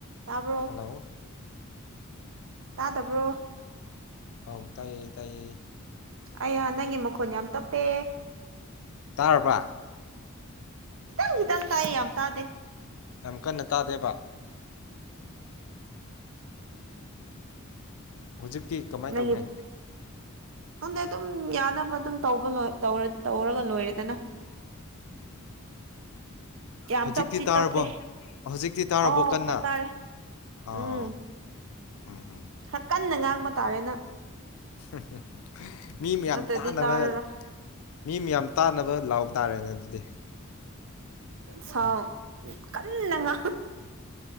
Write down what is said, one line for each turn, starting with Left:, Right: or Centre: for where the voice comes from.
Right: ꯇꯥꯕ꯭ꯔꯣ
Left: ꯍꯜꯂꯣ
Right: ꯇꯥꯗꯕ꯭ꯔꯣ
Left: ꯍꯧ ꯇꯥꯏꯌꯦ ꯇꯥꯏꯌꯦ
Right: ꯑꯩ ꯅꯪꯒꯤ ꯃꯈꯣꯟ ꯌꯥꯝ ꯇꯞꯄꯦ
Left: ꯇꯔꯔꯕ
Right: ꯈꯤꯇꯪ ꯈꯤꯇꯪ ꯇꯥꯏꯌꯦ ꯌꯥꯝ ꯇꯥꯗꯦ
Left: ꯌꯥꯝ ꯀꯟꯅ ꯇꯥꯗꯦꯕ ꯍꯧꯖꯤꯛꯇꯤ ꯀꯃꯥꯏꯅ
Right: ꯎꯝ
Left: ꯇꯧꯒꯦ
Right: ꯅꯣꯗ ꯑꯗꯨꯝ ꯌꯥꯅꯕ ꯑꯗꯨꯝ ꯇꯧꯕ ꯇꯧꯔꯒ ꯂꯣꯏꯔꯦꯗꯅ ꯌꯥꯝ
Left: ꯍꯧꯖꯤꯛꯇꯤ
Right: ꯇꯞꯇꯤ
Left: ꯇꯥꯔꯕꯣ
Right: ꯇꯞꯄꯦ
Left: ꯍꯧꯖꯤꯛꯇꯤ ꯇꯥꯔꯕꯣ
Right: ꯑ
Left: ꯀꯟꯅ
Right: ꯈꯔ ꯇꯥꯔꯦ
Left: ꯑꯥ
Right: ꯎꯝ
Left: ꯎꯝ ꯎꯝ
Right: ꯈꯔ ꯀꯟꯅ ꯉꯥꯡꯕ ꯇꯥꯔꯦꯅ
Left: <unintelligible> ꯃꯤ ꯃꯌꯥꯝ
Right: ꯃꯠꯇꯗꯤ
Left: ꯇꯥꯅꯕ
Right: ꯇꯔꯔ
Left: ꯃꯤ ꯃꯌꯥꯝ ꯇꯥꯅꯕ ꯂꯥꯎ ꯇꯥꯔꯦꯅꯦ ꯑꯗꯨꯗꯤ
Right: ꯆꯥꯎꯥꯎ
Left: ꯎꯝ
Right: ꯀꯟꯅꯥꯡꯉ